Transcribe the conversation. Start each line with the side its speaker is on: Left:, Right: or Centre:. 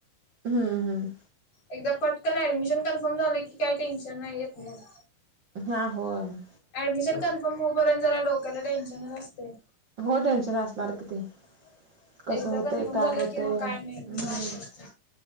Right: हम्म हम.
Left: एकदा पटकन ऍडमिशन कन्फर्म झालं की काय टेन्शन नाही येत मग.
Right: हा होय.
Left: ऍडमिशन कन्फर्म होऊपर्यंत जरा डोक्याला टेन्शनंच असतय.
Right: हो टेन्शन असणार कि ते. कसं
Left: एकदा
Right: होतंय
Left: कन्फर्म
Right: काय
Left: झालं
Right: होतंय
Left: की मग काय
Right: हम्म.
Left: नाही निवांत असतय